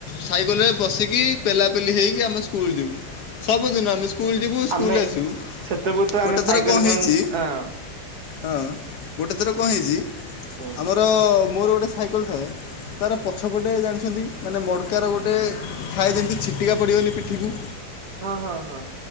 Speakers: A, on the left; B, on the right.
A: ସାଇକେଲ ରେ ବସିକି ପେଲାପେଲି ହେଇକି ଆମେ ସ୍କୁଲୁ ଯିବୁ। ସବୁଦିନ ଆମେ ସ୍କୁଲୁ ଯିବୁ
B: ଆମେ
A: ସ୍କୁଲୁ ଆସିବୁ।
B: ସେତେବେଳୁ ତ
A: ଗୋଟେ
B: ଆମେ ସାଇକେଲ
A: ଥର କ ହେଇଛି
B: କଣ ହଁ
A: ହଁ। ଗୋଟେ ଥର କ ହେଇଛି
B: କୁହନ୍ତୁ।
A: ଆମର ମୋର ଗୋଟେ ସାଇକେଲ ଥାଏ ତାର ପଛପଟେ ଜାଣିଛନ୍ତି ମାନେ ମଡ଼କାର ଗୋଟେ ଥାଏ ଯେମିତି ଛିଟିକା ପଡ଼ିବନି ପିଠିକୁ
B: ହଁ ହଁ ହଁ।